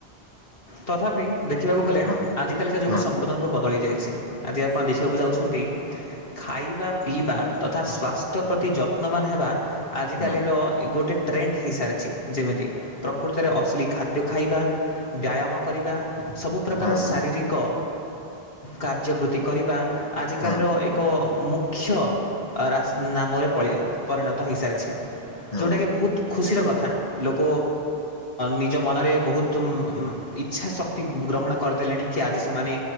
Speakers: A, on the left; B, on the left.
A: ତଥାପି ଦେଖିବାକୁ ଗଲେ
B: ହୁଁ
A: ଆଜିକାଲି କା ଯୁଗ
B: ହୁଁ
A: ସମ୍ପୂର୍ଣ୍ଣ ରୂପେ ବଦଳି ଯାଇଛି। ଆଜିି ଆପଣ ଦେଖିବାକୁ ଯାଉଛନ୍ତି କି? ଖାଇବା ପିଇବା ତଥା ସ୍ୱାସ୍ଥ୍ୟ ପ୍ରତି ଯତ୍ନବାନ ହେବା ଆଜିକାଲିର
B: ହୁଁ
A: ଗୋଟେ ଟ୍ରେଣ୍ଡ ହୋଇସାରିଛି ଯେମିତି ପ୍ରକୃତରେ ଅସଲି ଖାଦ୍ୟ ଖାଇବା ବ୍ୟାୟାମ କରିବା ସବୁ ପ୍ରକାର
B: ହୁଁ ହୁଁ।
A: ଶାରୀରିକ କାର୍ଯ୍ୟ ବୃତ୍ତି କରିବା ଆଜିକାଲିର
B: ହୁଁ
A: ଏକ ମୁଖ୍ୟ <unintelligible> ନାମରେ ରେ ପରିଣତ ହୋଇସାରିଛି
B: ହୁଁ
A: ଯେଉଁଟାକି ବହୁତ ଖୁସିର କଥା ଲୋକ ନିଜ ମନରେ ବହୁତ ଇଚ୍ଛା ଶକ୍ତି ଗ୍ରହଣ କରିଦେଲେଣି କି ଆଜି ସେମାନେ